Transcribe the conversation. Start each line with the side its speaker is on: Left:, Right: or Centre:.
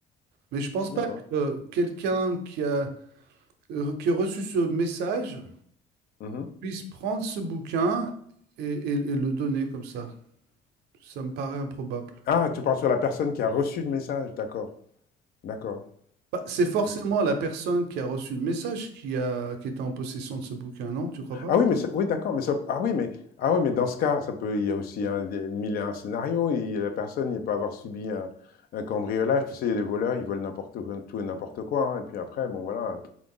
Right: Mais je pense
Left: D'accord.
Right: pas que euh, quelqu'un qui a, euh, qui a reçu ce message
Left: Mmh
Right: puisse prendre ce bouquin et, et- et le donner comme ça. Ça me paraît improbable.
Left: Ah, tu parles sur la personne qui a reçu le message, d'accord, d'accord.
Right: Bah, c'est forcément
Left: OK.
Right: la personne qui a reçu le message qui a, qui était en possession de ce bouquin, non? Tu crois pas?
Left: Ah oui, mais c'est oui, d'accord, mais ça ah oui, mais ah oui, mais dans ce cas, ça peut il y a aussi un des 1001 scénarios et la personne, il peut avoir subi un un cambriolage. Tu sais, les voleurs, ils volent n'importe quoi tout et n'importe quoi, hein et puis après, bon, voilà,